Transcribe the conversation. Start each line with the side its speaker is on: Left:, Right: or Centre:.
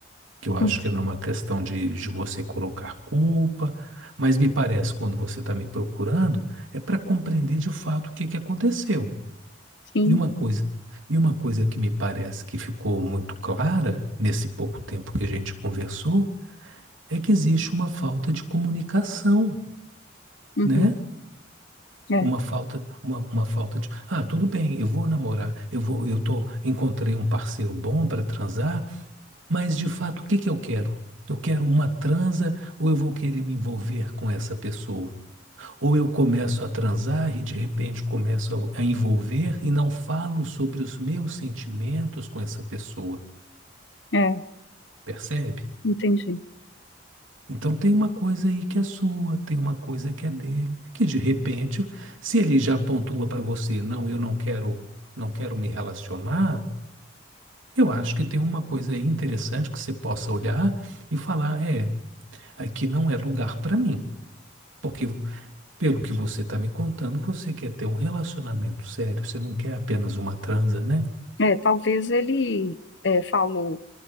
Right: que eu acho
Left: uhum,
Right: que não é uma questão de, de você colocar culpa, mas me parece, quando você está me procurando, é para compreender de fato o que que aconteceu.
Left: sim,
Right: E uma coisa, e uma coisa que me parece que ficou muito clara nesse pouco tempo que a gente conversou é que existe uma falta de comunicação,
Left: uhum,
Right: né?
Left: é,
Right: Uma falta, uma, uma falta de, ah, tudo bem, eu vou namorar, eu vou, eu tô, encontrei um parceiro bom para transar, mas de fato, o que que eu quero? Eu quero uma transa ou eu vou querer me envolver com essa pessoa? Ou eu começo a transar e de repente começo a, a envolver e não falo sobre os meus sentimentos com essa pessoa,
Left: é,
Right: percebe?
Left: entendi.
Right: Então tem uma coisa aí que é sua, tem uma coisa que é dele, que de repente, se ele já pontua para você, não, eu não quero, não quero me relacionar, eu acho que tem uma coisa aí interessante que você possa olhar e falar, é, aqui não é lugar para mim, porque Pelo que você está me contando, você quer ter um relacionamento sério, você não quer apenas uma transa, né?
Left: É, talvez ele é, falou